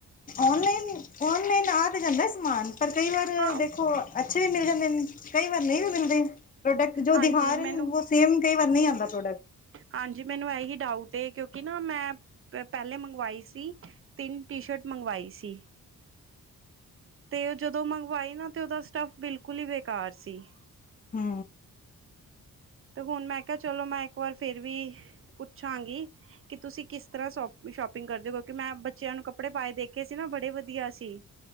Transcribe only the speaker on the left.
ਔਨਲਾਈਨ ਈ ਔਨਲਾਈਨ ਆ ਤੇ ਜਾਂਦਾ ਸਮਾਨ ਪਰ ਕਈ ਵਾਰ
ਦੇਖੋ ਓ ਅੱਛੇ ਏ ਵੀ ਮਿਲ ਜਾਂਦੇ ਕਈ ਵਾਰ ਨਈ ਵੀ ਮਿਲਦੇ ਪ੍ਰੋਡਕਟ ਜੋ
ਦਿਖਾ ਰਹੇ
ਨੇ ਬਸ ਸੇਮ ਆ ਕਈ ਵਾਰ ਨਹੀਂ ਆਉਂਦਾ ਪ੍ਰੋਡਕਟ
ਹੂੰ